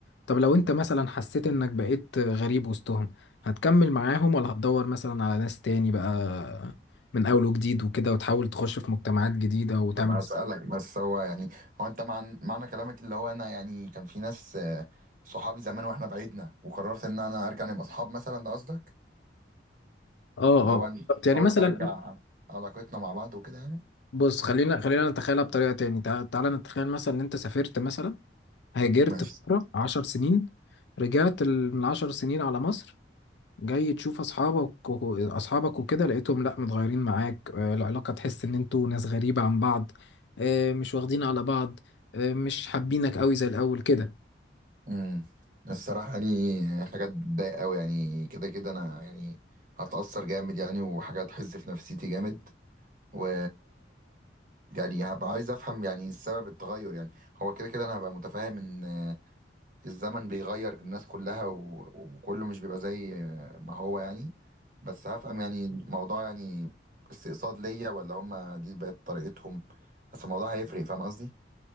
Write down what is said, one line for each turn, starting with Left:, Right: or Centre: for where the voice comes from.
Left: طب لو أنت مثلا حسيت إنك بقيت غريب وسطهم هتكمل معاهم ولا هتدور مثلا على ناس تاني بقى من أول وجديد وكده وتحاول تخش في مجتمعات جديدة وتعمل
Right: طب هسألك بس هو يعني هو انت معنى معنى كلامك اللي هو انا يعني كان في ناس آه، صحابي زمان واحنا بعيدنا وقررت ان انا ارجع نبقى اصحاب مثلا ده قصدك
Left: اه
Right: اللي هو
Left: اه
Right: أنا
Left: طب يعني
Right: حاولت
Left: مثلا
Right: ارجع علاقتنا مع بعض وكده يعني
Left: بص خلينا خلينا نتخيلها بطريقة تاني تع- تعالى نتخيل مثلا ان انت سافرت مثلا هاجرت
Right: ماشي
Left: فترة عشر سنين رجعت ال- من عشر سنين على مصر جاي تشوف اصحابك و... اصحابك وكده لقيتهم لا متغيرين معاك آه، العلاقه تحس ان انتوا ناس غريبه عن بعض آه، مش واخدين على بعض آه، مش حابينك قوي زي الاول كده
Right: امم الصراحة يعني حاجات بتضايق قوي يعني كده كده أنا يعني هتأثر جامد يعني وحاجة هتحز في نفسيتي جامد و يعني هبقى عايز أفهم يعني سبب التغير يعني هو كده كده أنا هبقى متفاهم إن آه، الزمن بيغير الناس كلها و... وكله مش بيبقى زي آه، ما هو يعني بس هفهم يعني الموضوع يعني استقصاد ليا ولا هما دي بقت طريقتهم بس الموضوع هيفرق فاهم قصدي؟